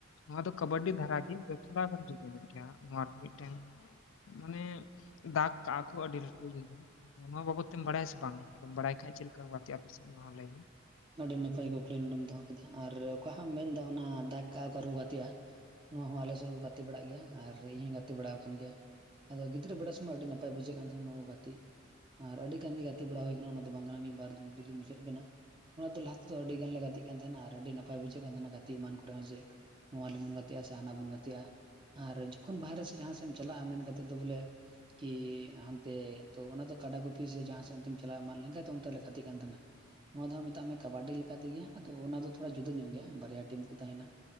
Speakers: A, on the left; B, on the right.
A: ᱱᱚᱣᱟ ᱫᱚ ᱠᱟᱵᱟᱰᱤ ᱫᱷᱟᱨᱟ ᱜᱮ ᱛᱷᱚᱲᱟ ᱜᱟᱱ ᱡᱩᱫᱟᱹ ᱧᱚᱜ ᱜᱮᱭᱟ ᱱᱚᱣᱟ ᱢᱤᱫᱴᱟᱝ ᱢᱟᱱᱮ ᱫᱟᱜᱽ ᱠᱟᱜᱼᱟ ᱠᱚ ᱟᱹᱰᱤ ᱞᱟᱹᱴᱩ ᱤᱭᱟᱹ ᱜᱮ ᱱᱚᱣᱟ ᱵᱟᱵᱚᱛ ᱛᱮᱢ ᱵᱟᱲᱟᱭᱟ ᱥᱮ ᱵᱟᱝ ᱟᱫᱚᱢ ᱵᱟᱲᱟᱭ ᱠᱷᱟᱡ ᱪᱮᱫ ᱞᱮᱠᱟ ᱠᱚ ᱜᱟᱛᱮᱜ ᱟᱯᱤᱥᱮᱫ ᱢᱟ ᱞᱟᱹᱭ ᱢᱮ
B: ᱟᱹᱰᱤ ᱱᱟᱯᱟᱭ ᱠᱩᱠᱞᱤ ᱱᱚᱰᱮᱢ ᱫᱚᱦᱚ ᱟᱨ ᱚᱠᱟ ᱦᱟᱢ ᱮᱢ ᱢᱮᱱᱫᱟ ᱚᱱᱟ ᱫᱟᱜ ᱠᱟᱜ ᱟᱠᱚ ᱨᱮᱠᱚ ᱜᱟᱛᱮᱜᱼᱟ ᱱᱚᱣᱟ ᱦᱚᱸ ᱟᱞᱮ ᱥᱮᱫ ᱠᱚ ᱜᱟᱛᱮ ᱵᱟᱲᱟᱜ ᱜᱮᱭᱟ ᱟᱨ ᱤᱧ ᱦᱚᱸᱧ ᱜᱟᱛᱮ ᱵᱟᱲᱟ ᱣᱟᱠᱟᱱ ᱜᱮᱭᱟ ᱟᱫᱚ ᱜᱤᱫᱽᱨᱟᱹ ᱵᱮᱲᱟ ᱥᱚᱢᱚᱭ ᱟᱹᱰᱤ ᱱᱟᱯ - ᱯᱟᱭ ᱵᱩᱡᱷᱟᱹᱜ ᱠᱟᱱ ᱛᱟᱦᱮᱸᱱᱟ ᱱᱚᱣᱟ ᱠᱚ ᱜᱟᱛᱮᱜ ᱟᱨ ᱟᱹᱰᱤ ᱜᱟᱱ ᱜᱮ ᱜᱟᱛᱮ ᱵᱟᱲᱟ ᱦᱩᱭ ᱟᱠᱟᱱᱟ ᱚᱱᱟ ᱫᱚ ᱵᱟᱝ ᱠᱟᱱᱟ ᱢᱤᱫ ᱵᱟᱨ ᱫᱤᱱ ᱨᱮᱜᱮ ᱢᱩᱪᱟᱹᱫ ᱟᱠᱟᱱᱟ ᱚᱱᱟ ᱫᱚ ᱞᱟᱦᱟ ᱛᱮᱫᱚ ᱟᱹᱰᱤ ᱜᱟᱱ ᱞᱮ ᱜᱟᱛᱮᱜ ᱠᱟᱱ ᱛᱟᱦᱮᱱᱟ ᱟᱨ ᱟᱹᱰᱤ ᱱᱟᱯ- ᱯᱟᱭ ᱵᱩᱡᱷᱟᱹᱜ ᱠᱟᱱ ᱛᱟᱦᱮᱸᱱᱟ ᱜᱟᱛᱮᱜ ᱮᱢᱟᱱ ᱠᱚᱨᱮ ᱦᱚᱸ ᱡᱮ ᱱᱚᱣᱟ ᱞᱟᱹᱜᱤᱫ ᱜᱟᱛᱮᱜᱼᱟ ᱥᱮ ᱦᱟᱱᱟ ᱵᱚᱱ ᱜᱟᱛᱮᱜᱼᱟ ᱟᱨ ᱡᱚᱠᱷᱚᱱ ᱵᱟᱦᱨᱮ ᱥᱮᱫ ᱡᱟᱦᱟᱸ ᱥᱮᱢ ᱪᱟᱞᱟᱜᱼᱟ ᱢᱮᱱ ᱠᱟᱛᱮᱫ ᱫᱚ ᱵᱚᱞᱮ ᱠᱤ ᱦᱟᱱᱛᱮ ᱛᱚ ᱚᱱᱟᱫᱚ ᱠᱟᱰᱟ ᱜᱩᱯᱤ ᱥᱮ ᱡᱟᱦᱟᱸ ᱥᱮᱫ ᱚᱱᱛᱮᱢ ᱪᱟᱞᱟᱜᱼᱟ ᱮᱢᱟᱱ ᱞᱮᱱ ᱠᱷᱟᱡ ᱫᱚ ᱚᱱᱛᱮ ᱞᱮ ᱜᱟᱛᱮᱜ ᱠᱟᱱ ᱛᱟᱦᱮᱸᱱᱟ ᱱᱚᱣᱟ ᱫᱚ ᱦᱟᱸᱜ ᱢᱮᱛᱟᱜ ᱢᱮ ᱠᱟᱵᱟᱰᱤ ᱞᱮᱠᱟ ᱛᱮᱜᱮ ᱟᱫᱚ ᱚᱱᱟ ᱫᱚ ᱛᱷᱚᱲᱟ ᱡᱩᱫᱟᱹ ᱧᱚᱜ ᱜᱮᱭᱟ ᱵᱟᱨᱭᱟ ᱴᱤᱢ ᱠᱚ ᱛᱟᱦᱮᱸᱱᱟ